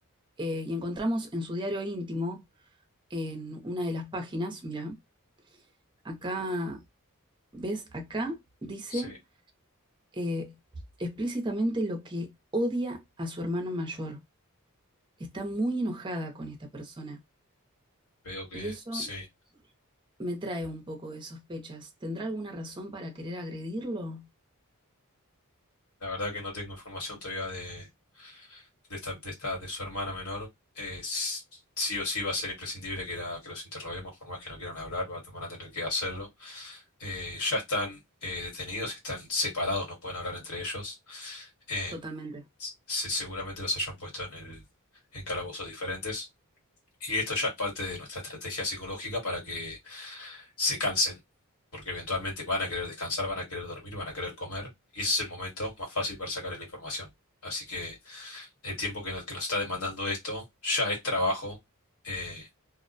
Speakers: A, on the right; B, on the left.
A: Eh, y encontramos en su diario íntimo, en una de las páginas, mira Acá, ¿ves? Acá dice
B: Sí,
A: eh, explícitamente lo que odia a su hermano mayor. Está muy enojada con esta persona.
B: veo que
A: Y eso
B: sí.
A: me trae un poco de sospechas. ¿Tendrá alguna razón para querer agredirlo?
B: La verdad que no tengo información todavía de... de esta, de esta, de su hermana menor, eh, s- sí o sí va a ser imprescindible que, la- que los interroguemos, por más que no quieran hablar, va- van a tener que hacerlo. Eh, ya están eh, detenidos, están separados, no pueden hablar entre ellos. Eh,
A: Totalmente.
B: se- seguramente los hayan puesto en el, en calabozos diferentes. Y esto ya es parte de nuestra estrategia psicológica para que se cansen, porque eventualmente van a querer descansar, van a querer dormir, van a querer comer, y ese es el momento más fácil para sacarle la información. Así que el tiempo que nos, que nos está demandando esto ya es trabajo eh,